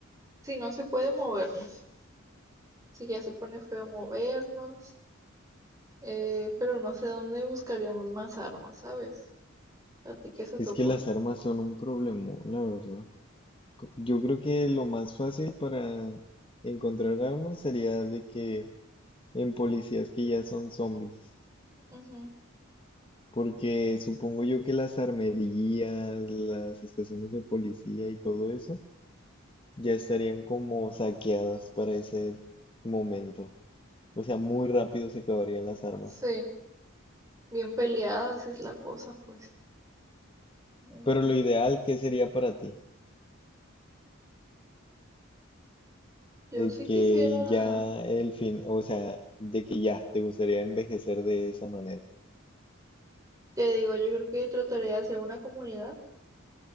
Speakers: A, on the right (about 15°); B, on the left (about 25°).
A: Si no se puede movernos. Así que ya se pone feo movernos, eh, pero no sé dónde buscaríamos más armas, ¿sabes? ¿A ti qué se
B: Es
A: te ocurre?
B: que las armas son un problema, la verdad. Co- Yo creo que lo más fácil para encontrar armas sería de que en policías que ya son zombies.
A: Ujú.
B: Porque supongo yo que las armerías, las estaciones de policía y todo eso ya estarían como saqueadas para ese momento. O sea, muy rápido se acabarían las armas.
A: Sí, bien peleadas es la cosa, pues. Mm,
B: Pero lo ideal, ¿qué sería para ti?
A: Yo
B: De
A: sí
B: que
A: quisiera,
B: ya el fin, o sea, de que ya te gustaría envejecer de esa manera.
A: te digo, yo creo que trataría de hacer una comunidad